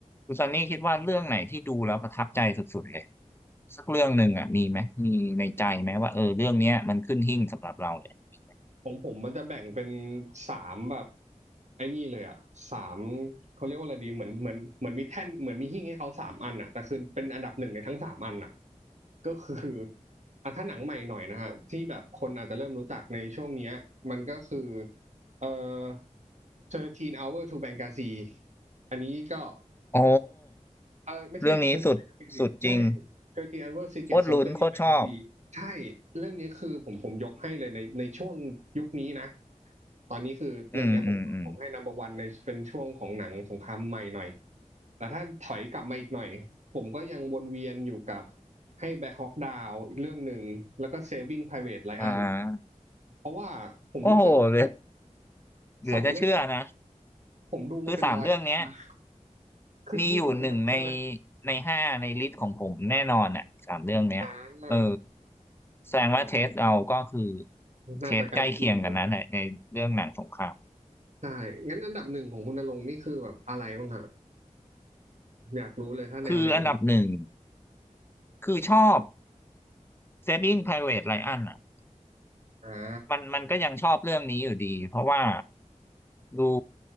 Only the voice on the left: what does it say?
คุณซันนี่คิดว่าเรื่องไหนที่ดูแล้วประทับใจสุดๆเลยสักเรื่องหนึ่งอ่ะมีไหม มีในใจไหมว่าเออเรื่องเนี้ยมันขึ้นหิ้งสำหรับเราเลย
โอ้
เรื่องนี้สุดสุดจริง
โคตรลุ้นโคตรชอบ
อืมอืมอืม
อ่า
โอ้โหเหลือเหลือจะเชื่อนะ
คือสามเรื่องเนี้ย
มีอยู่หนึ่งในในห้าในลิสต์ของผมแน่นอนอ่ะสามเรื่องเนี้ยเออ
แสดงว่าเทสเราก็คือ
เทสใกล้เคียงกันนั้นแหละในเรื่องหนังสงคราม
คืออันดับหนึ่งคือชอบ Saving Private Ryan อ่ะ
มันมันก็ยังชอบเรื่องนี้อยู่ดีเพราะว่าดู